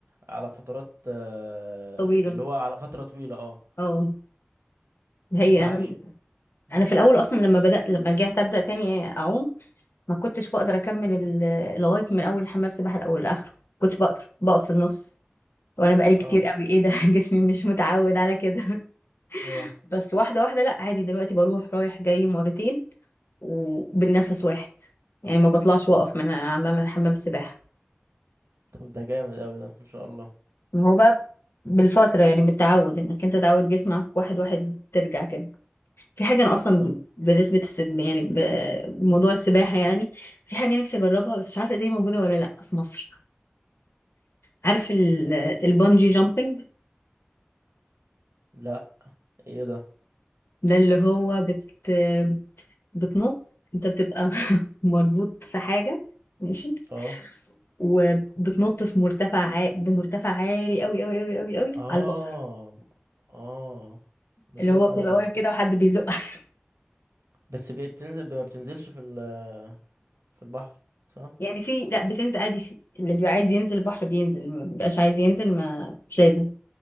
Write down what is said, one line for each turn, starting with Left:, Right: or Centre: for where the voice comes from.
Right: على فترات آه،
Left: طويلة
Right: اللي هو على فترة طويلة اه
Left: اه هي
Right: وما تتعبش
Left: أنا
Right: مم.
Left: انا في الاول اصلا لما بدات لما رجعت ابدا تاني اعوم ما كنتش بقدر اكمل ال- لغايه من اول حمام سباحه الاول لاخره ما كنتش بقدر بقف في النص وانا بقالي كتير
Right: اه
Left: قوي ايه ده <laughs> جسمي مش متعود على كده <laughs>
Right: اه
Left: بس واحده واحده لا عادي دلوقتي بروح رايح جاي مرتين وبالنفس واحد يعني ما بطلعش واقف من امام حمام السباحه
Right: طب ده جامد اوي ده ما شاء الله
Left: ما هو بقى بالفتره يعني بالتعود انك انت تعود جسمك واحد واحد ترجع كده في حاجة أنا أصلا
Right: طب
Left: بنسبة السب يعني بموضوع السباحة يعني في حاجة نفسي أجربها بس مش عارفة دي موجودة ولا لأ في مصر عارف ال- البungee جامبينج
Right: لا ايه ده
Left: ده اللي هو بت بتنط أنت بتبقى <laughs> مربوط في حاجة ماشي
Right: اه
Left: وبتنط في مرتفع ع... بمرتفع عالي أوي أوي أوي أوي أوي
Right: اه
Left: على البحر
Right: اه بشوف
Left: اللي هو بتبقى
Right: انا
Left: واقف كده وحد بيزقك <laughs>
Right: بس بي- بتنزل ما بتنزلش في ال- في البحر صح
Left: يعني في لأ بتنزل عادي في... اللي بيبقى عايز ينزل البحر بينزل ما بيبقاش عايز ينزل ما مش لازم